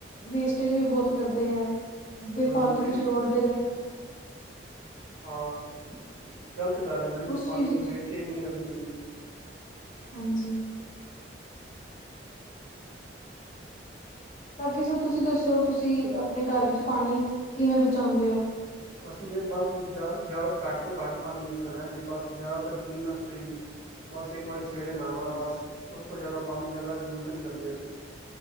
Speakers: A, on the left; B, on the right.
A: ਵੇਸਟੇਜ ਵੀ ਬਹੁਤ ਕਰਦੇ ਐ ਬੇਫਾਲਤੂ
B: ਹਮ ਵੀ
A: ਵਿੱਚ ਰੋਡ <inaudible>
B: ਹਾਂ, ਗ਼ਲਤ ਗੱਲ ਐ ਨਾ ਜੀ
A: ਉਸ
B: ਪਾਣੀ
A: ਚੀਜ਼
B: ਦੀ ਵੇਸਟੇਜ ਨੀ ਕਰਨੀ ਚਾਹੀਦੀ।
A: ਹਾਂਜੀ। ਬਾਕੀ ਸਰ ਤੁਸੀਂ ਦੱਸੋ, ਤੁਸੀਂ ਆਪਣੇ ਘਰ ਵਿੱਚ ਪਾਣੀ ਕਿਵੇਂ ਬਚਾਉਂਦੇ ਹੋ?
B: ਅਸੀਂ ਤੇ ਬਸ ਘੱਟ ਤੋਂ ਘੱਟ ਪਾਣੀ ਯੂਜ ਕਰਾਂਗੇ, ਬਸ ਜ਼ਿਆਦਾਤਰ ਪੀਣ ਵਾਸਤੇ ਹੀ ਬਸ ਇੱਕ ਵਾਰੀ ਸਵੇਰੇ ਨਹਾਉਣਾ ਬਸ, ਉਸ ਤੋਂ ਜ਼ਿਆਦਾ ਪਾਣੀ ਜ਼ਿਆਦਾ ਯੂਜ ਨਹੀਂ ਕਰਦੇ ਅਸੀਂ।